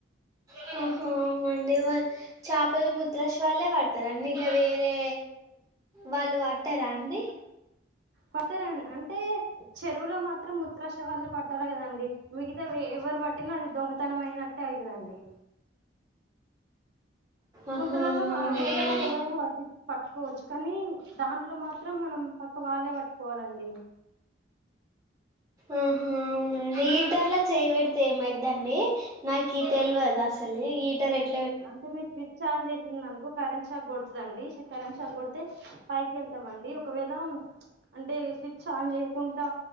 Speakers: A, on the right; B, on the right.
A: హ అవునా అండి వ చాపలు ముూత్ర్రాశ వాల్లె పడుత తారండి ఇంకా వేరే వాళ్ళు పట్టారా అండి
B: పతారండి అంటే చెరువులో మాత్రం ముత్త్రాష వల్ళ పడతారు కదండి మీ అ ఎవరు బట్టిన అది దొంగతనం అయినట్టే అయితదండి
A: ఆహా
B: కుంటలల్లో
A: అవునా
B: వేరే వాళ్లు ఎవరైనా పర్టి ప ట్కోవచ్చు కాని దాంట్లో మాత్రం మనం పక్క వాళ్ళే పట్టుకోవాలండి
A: ఆహా అవునండి ఈటర్ లో చేయబెడితే ఏమైద్దండి నాకు తెల్వదు అసలు ఈటరే ఎ
B: అంటే మీ స్విచ్ ఆన్ చేసింది అనుకో కరెంట్ షాక్ కొడుతు అండి కరెంట్ షాక్ కొడితే పైకి వెళ్తామండి ఒకవేళ అంటే స్విచ్ ఆన్ చేయకుండా